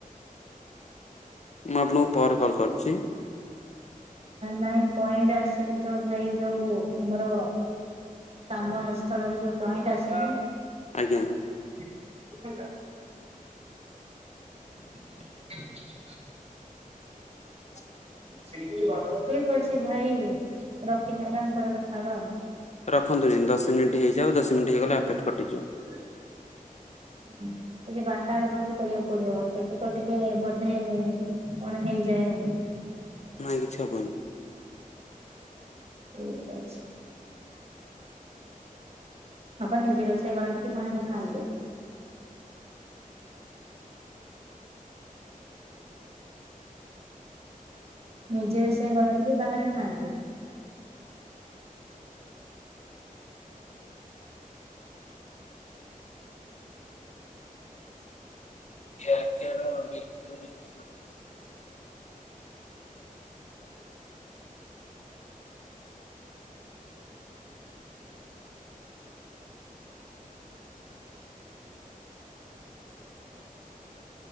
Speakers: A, on the left; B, on the right.
A: ମୁଁ ଆପଣଙ୍କୁ ପରେ କଲ୍ କରିୁଛି।
B: ନାଇଁ ପଏଣ୍ଟ ଆସନି ତ ଭାଇ ଯୋଉ ଆମର କାମ ସ୍ଥଳରେ ଯୋଉ ପଏଣ୍ଟ ଅସ
A: ଆଜ୍ଞା।
B: <unintelligible> <inaudible>
A: <unintelligible>
B: ଠିକ ଅଛି ଭାଇ ରଖିଦିଅନ୍ତୁ ଆମେ ପରେ କଥା ହବା ଆଉ।
A: ରଖନ୍ତୁନି ଦଶିନିଟ ହେଇଯାଉ ଦଶ ମିନିଟ ହେଇଗଲେ ଆପେପ କଟିଯିବ।
B: ହ। କିଛି ବାର୍ତ୍ତାଳାପ ବି କରିବାକୁ ପଡିବ ପେଟ କଟିଲେ ବୋଧେ କଣ ହେଇଯାଏ ଆଉ।
A: ନାଇଁ କିଛି ହବନି।
B: ଠିକ ଅଛି। ବାପଣ ନିଜେ ରୋଷେଇ କରନ୍ତି କି ବାହାରେ ଖାଆନ୍ତୁ। ନିଜେ ରୋଷେଇ କରନ୍ତିୁ କି ବାହାରେ ଖାଆନ୍ତି।
A: <inaudible>